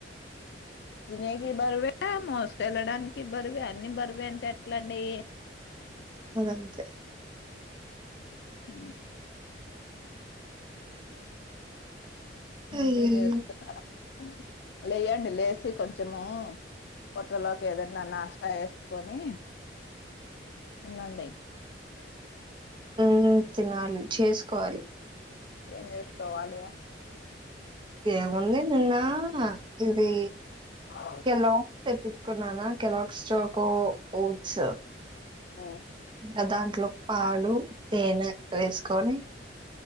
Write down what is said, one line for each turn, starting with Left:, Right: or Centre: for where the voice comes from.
Left: తినేకి బరువే మోసుకెళ్ళడానికి బరువే అన్నీ బరువే అంటే ఎట్లండి
Right: ఇదంతే
Left: ఊ ఇంకేం
Right: అయ్యయ్యో
Left: చేస్తున్నరు లేయండి లేసి కొంచము పొట్టలోకి ఏదన్నా నాష్ట ఏసుకొని ఉండండి
Right: హ్మ్ తినాలి చేసుకోవాలి
Left: ఏం చేసుకోవాలి
Right: ఏం ఉంది నిన్నా ఇది
Left: ఆవ్
Right: ఎలో తెప్పించుకున్నానా కెలాగ్స్ చాకో ఓట్స్
Left: ఆ
Right: ఇంకా దాంట్లోకి పాలు తేనె వేసుకొని